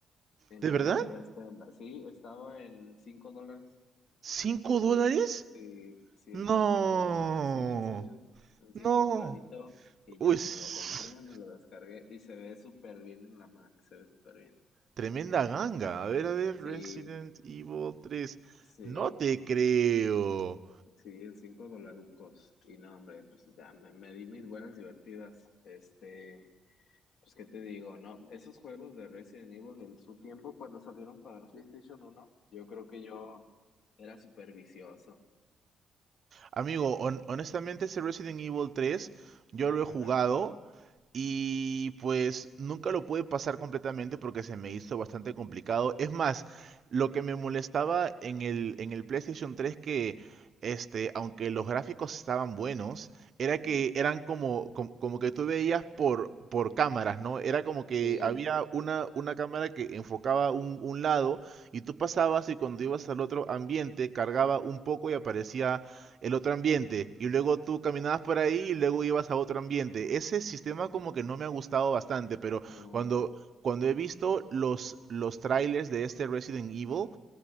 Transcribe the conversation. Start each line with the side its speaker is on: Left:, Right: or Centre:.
Left: en
Right: ¿De
Left: la
Right: verdad?
Left: tienda de esta, en la- sí, estaba en 5 dólares.
Right: ¿Cinco dólares?
Left: Sí, sí,
Right: No,
Left: está en 5 dólares. Sí, en serio, en cinco
Right: no.
Left: dolaritos. Y
Right: Uy,
Left: ya
Right: <laughs> s-
Left: me lo compré, me lo descargué y se ve súper bien en la Mac, se ve súper bien.
Right: tremenda ganga. A ver, a ver,
Left: Sí,
Right: Resident Evil 3.
Left: sí.
Right: No te creo.
Left: Sí, cinco dolarucos. Y no, hombre, pues ya me, me di mis buenas divertidas. Este, pues qué te digo, ¿no? Esos juegos de Resident Evil en su tiempo, cuando salieron para el PlayStation uno, yo creo que yo era súper vicioso.
Right: Amigo, hon- honestamente ese Resident Evil 3 yo lo he
Left: Ajá.
Right: jugado Y pues nunca lo pude pasar completamente porque se me hizo bastante complicado. Es más, lo que me molestaba en el, en el PlayStation 3 que, este, aunque los gráficos estaban buenos, era
Left: Ujú.
Right: que eran como, como, como que tú veías por, por cámaras, ¿no? Era como que
Left: Sí,
Right: había una, una cámara que enfocaba un, un lado y tú pasabas y cuando ibas al otro ambiente cargaba un poco y aparecía el otro ambiente y luego tú caminabas por ahí y luego ibas a otro ambiente. Ese sistema como que no me ha gustado bastante, pero
Left: no.
Right: cuando cuando he visto los los trailers de este Resident Evil